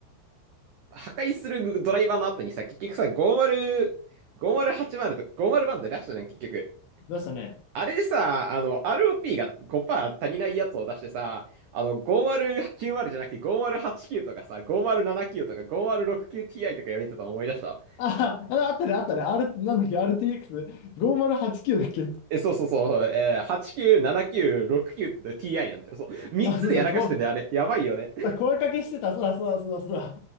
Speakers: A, on the right (about 80°); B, on the left (about 65°).
A: 破壊するドライバーの後にさ、結局さ、50、5080とか50バンド出したじゃん、結局。
B: どうしたね。
A: あれでさ、あの、ROP が5%足りないやつを出してさ、あの、5090じゃなくて5089とかさ、5079とか 5069Ti とかやれてたの思い出した。
B: あ、ああったね、あったね。R、なんだっけ、RTX5089 だっけ。
A: え、そうそうそう、えー、89、79、69って Ti なんだよ。そう。3つでやらかしてんだよ、
B: あ、そうだ、こ
A: あれ。やばいよね。
B: う声かけしてた。そうだ、そうだ、そうだ、そうだ。